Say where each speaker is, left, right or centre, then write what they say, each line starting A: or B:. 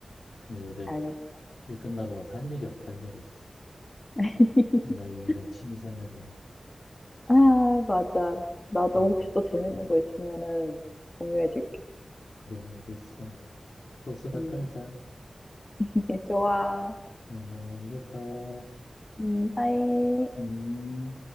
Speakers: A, on the left (about 75°); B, on the left (about 25°).
A: 근데 요새
B: 알겠어.
A: 일 끝나고 와서 할 일이 없다 할 일이 없어
B: <laughs>
A: 나 유일한 취미 생활이야
B: 아 맞아. 나도
A: 음
B: 혹시 또 재밌는 거 있으면은 공유해 줄게.
A: 그래 알겠어 또 수다
B: 음.
A: 떨자
B: <laughs> 좋아.
A: 어 알겠어
B: 음. 바이.
A: 음